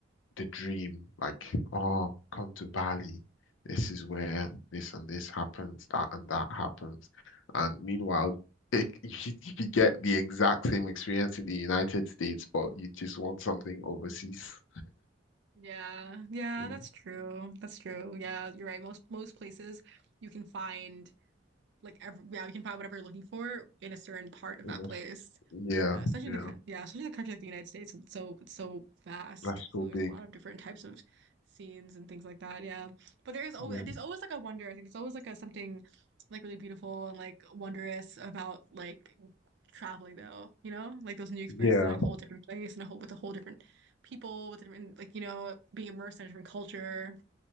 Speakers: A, on the left; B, on the right.
A: the dream, like, oh, come to Bali. This is where this and this happens, that and that happens. And meanwhile, it, <laughs> you, you get the exact same experience in the United States, but you just want something overseas.
B: Yeah. Yeah,
A: Mm.
B: that's true. That's true. Yeah, you're right. Most most places you can find like every, yeah, you can find whatever you're looking for in a certain part of
A: And
B: that
A: that's-
B: place.
A: Yeah,
B: Yeah, especially
A: yeah,
B: in the coun- yeah, especially in a country like the United States, it's so it's so vast.
A: that's
B: So
A: so
B: there's
A: big.
B: a lot of different types of scenes and things like that. Yeah, but there is always
A: Yeah,
B: there's always like a wonder. I think there's always like a something like really beautiful and like wondrous about like traveling though. You know, like those new experiences
A: yeah,
B: in like a whole different place and a whole with a whole different people with a different like you know being immersed in a different culture.